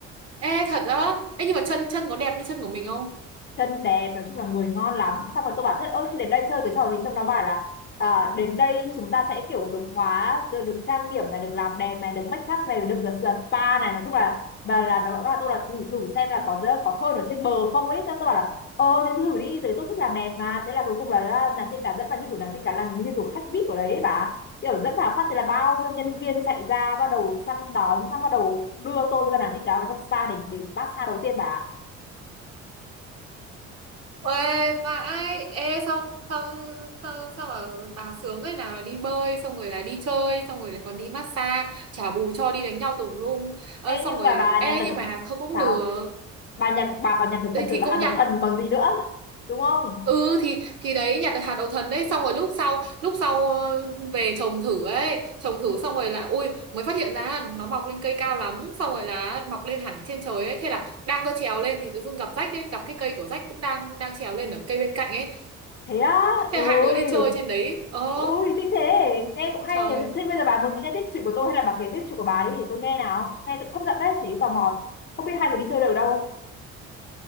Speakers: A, on the right; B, on the left.
A: ê thật á ê nhưng mà chân chân có đẹp như chân của mình không
B: chân đẹp nói chung là người ngon lắm xong rồi tôi bảo thế ôi thế đến đây chơi cái trò gì xong nó bảo là à, đến đây chúng ta sẽ kiểu được hóa được, được trang điểm này được làm đẹp này được make up này được được, được spa này nói chung là và là nó bảo tôi là thử thử xem là có có hơn ở trên bờ không ấy Thế tôi bảo là ờ thế thử đi tại tôi thích làm đẹp mà thế là cuối cùng là à, nàng tin cả dẫn vào như kiểu nàng tin cả là như kiểu khách VIP ở đấy ấy bà kiểu dẫn vào phát thì là bao nhiêu nhân viên chạy ra bắt đầu săn đón xong bắt đầu đưa tôi ra nàng tin cả vào trong spa để để massage đầu tiên bà
A: uầy vãi ê sao sao sao sao mà bà sướng ấy nào là đi bơi xong rồi là đi chơi xong rồi lại còn đi massage trả bù cho đi đánh nhau tùm lum ơi
B: Ê,
A: xong
B: nhưng
A: rồi
B: mà bà
A: ê
B: nhặt được
A: nhưng mà thôi cũng
B: sao?
A: được
B: Bà nhặt bà còn nhặt được
A: đây
B: phần thưởng
A: thì
B: là
A: cũng
B: hạt
A: nhặt
B: đậu thần còn gì nữa? Đúng không?
A: ừ thì thì đấy nhặt được hạt đậu thần đấy xong rồi lúc sau lúc sau ờ, về trồng thử ấy trồng thử
B: Ừ.
A: xong rồi là ui mới phát hiện ra là nó mọc lên cây cao lắm xong rồi là mọc lên hẳn trên trời ấy thế là đang có trèo lên thì tự dưng gặp rách ấy gặp cái cây của rách cũng đang đang trèo lên ở cây bên cạnh ấy
B: Thế á?
A: thế
B: Ôi,
A: hai đứa đi chơi trên đấy ơ
B: ôi thích thế. Nghe cũng hay
A: trời
B: nhỉ.
A: ơi.
B: Thế bây giờ bà muốn nghe tiếp chuyện của tôi hay là bà kể tiếp chuyện của bà đi để tôi nghe nào. Nghe cũng hấp dẫn đấy, thấy tò mò. Không biết hai người đi chơi được đâu.